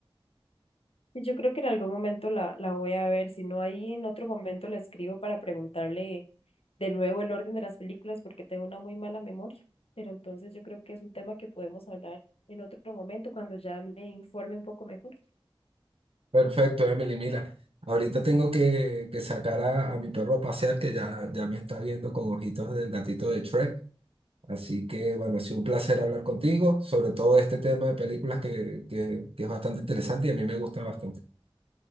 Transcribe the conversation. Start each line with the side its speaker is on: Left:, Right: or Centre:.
Left: Sí, Yo creo que en algún momento la, la voy a ver, si no ahí en otro momento le escribo para preguntarle de nuevo el orden de las películas porque tengo una muy mala memoria, pero entonces yo creo que es un tema que podemos hablar en otro momento cuando ya me informe un poco mejor.
Right: Perfecto, Emily. Mira, ahorita tengo que, que sacar a, a mi perro a pasear, que ya, ya me está viendo con ojitos del gatito de Shrek. Así que, bueno, ha sido un placer hablar contigo, sobre todo de este tema de películas que, que, que es bastante interesante y a mí me gusta bastante.